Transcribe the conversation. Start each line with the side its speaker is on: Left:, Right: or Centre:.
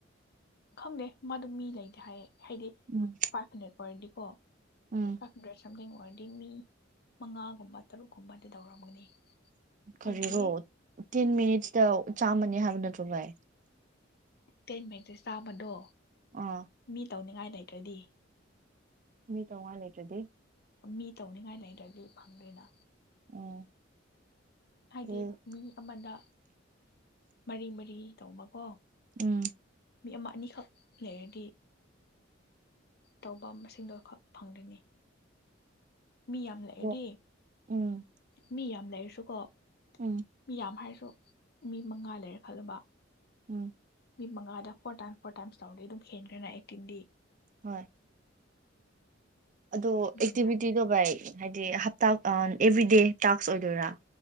Left: ꯈꯪꯗꯦ ꯃꯥꯗꯣ ꯃꯤ ꯂꯩꯗꯦ ꯍꯥꯏꯌꯦ ꯍꯥꯏꯗꯤ
Right: ꯎꯝ
Left: ꯐꯥꯏꯚ ꯍꯟꯗ꯭ꯔꯦꯠꯄꯨ ꯑꫭꯏꯔꯗꯤ ꯀꯣ
Right: ꯎꯝ
Left: ꯐꯥꯏꯚ ꯍꯟꯗ꯭ꯔꯦꯠꯁꯨ ꯁꯝꯊꯤꯡ ꯑꯣꯏꯔꯗꯤ ꯃꯤ ꯃꯉꯥꯒꯨꯝꯕ ꯇꯔꯨꯛꯀꯨꯝꯕꯗꯤ ꯇꯧꯔꯝꯒꯅꯤ
Right: ꯀꯔꯤꯔꯣ
Left: ꯑꯩꯗꯤ
Right: ꯇꯦꯟ ꯃꯤꯅꯤꯠꯁꯇ ꯆꯥꯝꯃꯅꯤ ꯍꯥꯏꯕ ꯅꯠꯇ꯭ꯔꯣ ꯚꯥꯏ
Left: ꯀꯦꯟ ꯃꯤꯠꯁꯦ ꯆꯥꯕꯗꯣ
Right: ꯑꯥ
Left: ꯃꯤ ꯇꯧꯅꯤꯡꯉꯥꯏ ꯂꯩꯇ꯭ꯔꯗꯤ
Right: ꯃꯤ ꯇ ꯋꯥꯍ ꯂꯩꯇ꯭ꯔꯗꯤ
Left: ꯃꯤ ꯇꯧꯅꯤꯡꯉꯥꯏ ꯂꯩꯗ꯭ꯔꯗꯤ ꯐꯪꯗꯣꯏꯅ
Right: ꯎꯝ
Left: ꯍꯥꯏꯗꯤ
Right: ꯎꯝ
Left: ꯃꯤ ꯑꯃꯗ ꯃꯔꯤ ꯃꯔꯤ ꯇꯧꯕꯃꯀꯣ
Right: ꯎꯝ
Left: ꯌꯥꯝ ꯑꯅꯤꯈꯛ ꯂꯩꯔꯗꯤ ꯇꯧꯕ ꯃꯁꯤꯡꯗꯣꯈꯛ ꯐꯪꯒꯣꯏꯅꯤ ꯃꯤ ꯌꯥꯝ ꯂꯥꯛꯑꯦꯗꯤ
Right: ꯑꯗꯣ ꯎꯝ
Left: ꯃꯤ ꯌꯥꯝ ꯂꯩꯁꯨ ꯀꯣ
Right: ꯎꯝ
Left: ꯃꯤ ꯌꯥꯝ ꯍꯥꯏꯔꯁꯨ ꯃꯤ ꯃꯉꯥ ꯂꯩꯔꯦ ꯈꯜꯂꯨꯕ
Right: ꯎꯝ
Left: ꯃꯤ ꯃꯉꯥꯗ ꯐꯣꯔ ꯇꯥꯏꯝꯁ ꯐꯣꯔ ꯇꯥꯏꯝꯁ ꯇꯥꯎꯗꯤꯩ ꯑꯗꯨꯝ ꯍꯦꯟꯈ꯭ꯔꯦꯅ ꯑꯦꯛꯇꯤꯟꯗꯤ
Right: ꯍꯣꯏ ꯑꯗꯣ
Left: ꯑꯗꯨꯅꯤꯗ
Right: ꯑꯦꯛꯇꯤꯚꯤꯇꯤꯗꯣ ꯚꯥꯏ ꯍꯥꯏꯗꯤ ꯍꯞꯇꯥ ꯑꯦꯚ꯭ꯔꯤꯗꯦ ꯇꯥꯛꯁ ꯑꯣꯏꯗꯣꯏꯔꯥ